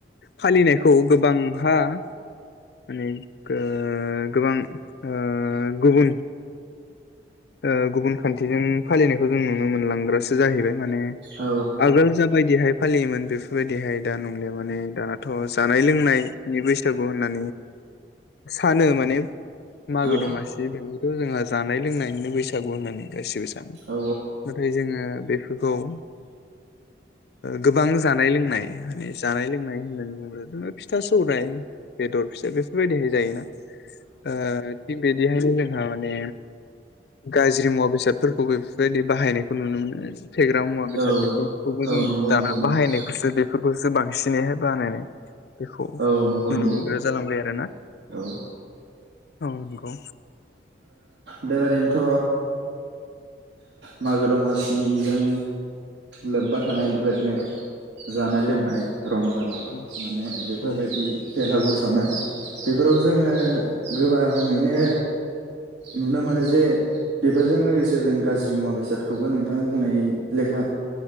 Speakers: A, on the left (about 60°); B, on the right (about 75°).
A: फालिनायखौ गोबांहा माने गो गोबां ओ गुबुन ओ गुबुन खान्थिजों फालिनायखौ जों नुनो मोनलांग्रासो जाहैबाय माने
B: औ
A: आगोल जा बेफोर बायदिहाय फालियोमोन बेफोर बायदिहाय दा नंलिया माने दानाथ' जानाय लोंनायनि बैसागु होनना सानो माने मागो
B: औ
A: दमासि बेबोथ' जोंहा जानाय लोंनायनिनो बैसाग होननानै गासिबो सानो
B: औ
A: नाथाय जोङो बे बेखौ ओ गोबां जानाय लोंनाय माने जानाय लोंनाय होननानै बुङोब्ला बिदिनो फिथा सौराइ बेदर फिथाइ बेफोर बायदिहाय जायोना ओ बिदिहायनो जोंहा माने गाज्रि मुवा बेसादफोरखौबो बेफोर बायदि बाहायनो खौ नुनो मोनो फेग्रा मुवा बेसाद
B: औ
A: बेफोरखौबो
B: औ
A: जों
B: नंगौ
A: दाना
B: नंगौ नंगौ
A: बाहायनायखौसो बे फोरखौसो बांसिनैहाय बानायनाय बेखौ
B: औ नंगौ
A: नुनो
B: नंगौ
A: मोनग्रा जालांबाय आरोना।
B: औ ओ
A: औ नंगौ
B: बे‌ बादे बेन्थ' मागो दमासिजों लोब्बा थानाय बे बायदिनो जानाय लोंनाय
A: औ
B: रंजानाय
A: औ
B: माने बेफोर
A: औ
B: बायदि बेलागुरु सावनाय। बेफोराव जोङो गोबाङैनो नुनो मोनो जे बेफोरजों लोगोसे जों गाज्रि मुवा बेसादखौबो नोंथाङा बुंनाय लेखा